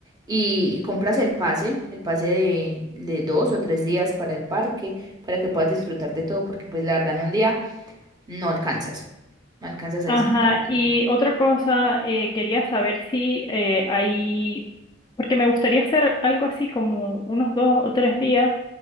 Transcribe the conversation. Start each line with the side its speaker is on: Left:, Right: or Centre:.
Right: y, y compras el pase, el pase de, de dos o tres días para el parque, para que puedas disfrutar de todo, porque pues la verdad en un día no alcanzas, no alcanzas
Left: Ajá,
Right: a disfrutar de
Left: y
Right: todo.
Left: otra cosa, eh, quería saber si eh, hay, porque me gustaría hacer algo así como unos dos o tres días